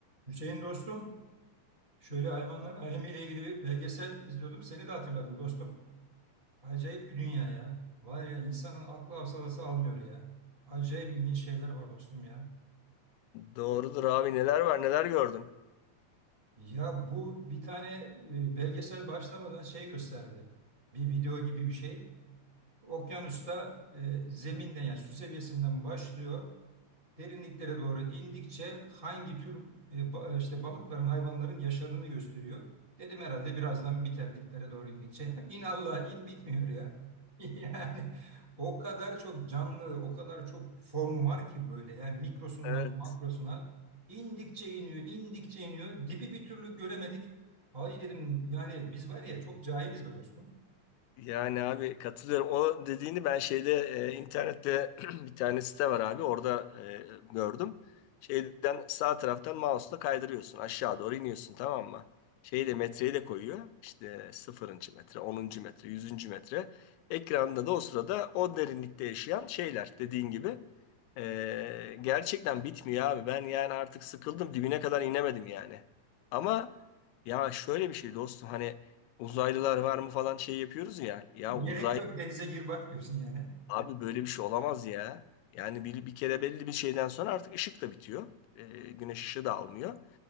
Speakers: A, on the right; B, on the left.
A: Hüseyin dostum, şöyle hayvanlar alemiyle ilgili bir belgesel izliyordum. Seni de hatırladım dostum. Acayip bir dünya ya. Var ya insanın aklı hafsalası almıyor ya. Acayip ilginç şeyler var dostum ya.
B: Doğrudur abi neler var neler gördün.
A: Ya bu bir tane e, belgesel başlamadan şey gösterdi. Bir video gibi bir şey. Okyanusta e, zeminden yani su seviyesinden başlıyor. Derinliklere doğru indikçe hangi tür e, ba- e, işte balıkların, hayvanların yaşadığını gösteriyor. Dedim herhalde birazdan biter diplere doğru indikçe. <laughs> İn Allah in bitmiyor ya. <laughs> Yani o kadar çok canlı, o kadar çok form var ki böyle yani mikrosundan
B: Evet.
A: makrosuna indikçe iniyor, indikçe iniyor. Dibi bir türlü göremedik. Ay dedim yani biz var ya çok cahiliz be dostum.
B: Yani abi katılıyorum. O dediğini ben şeyde e, internette <clears throat> bir tane site var abi. Orada e, gördüm. Şeyden sağ taraftan mouse'la kaydırıyorsun. Aşağı doğru iniyorsun tamam mı? Şeyi de metreyi de koyuyor. İşte sıfırıncı metre, onuncu metre, yüzüncü metre. Ekranda da o sırada o derinlikte yaşayan şeyler dediğin gibi. E, gerçekten bitmiyor abi. Ben yani artık sıkıldım. Dibine kadar inemedim yani. Ama ya şöyle bir şey dostum hani uzaylılar var mı falan şey yapıyoruz ya. Ya
A: Gerek
B: uzay
A: yok denize gir bak diyorsun yani.
B: abi böyle bir şey olamaz ya. Yani bir, bir kere belli bir şeyden sonra artık ışık da bitiyor. Ee, güneş ışığı da almıyor.